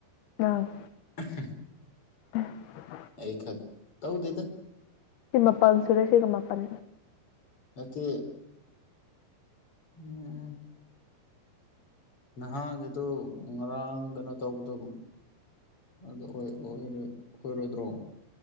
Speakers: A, on the left; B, on the left.
A: ꯑ
B: <unintelligible>
A: <unintelligible>
B: ꯑꯩꯈꯛ ꯇꯧꯗꯦꯗ
A: ꯁꯤ ꯃꯥꯄꯜ ꯁꯨꯔꯦ ꯁꯤꯒ ꯃꯥꯄꯜ
B: ꯅꯠꯇꯦ ꯎꯝ ꯅꯍꯥꯟꯒꯤꯗꯨ ꯉꯔꯥꯡ ꯀꯩꯅꯣ ꯇꯧꯕꯗꯣ ꯑꯗꯨ ꯑꯣꯏꯔꯣꯏꯗ꯭ꯔꯣ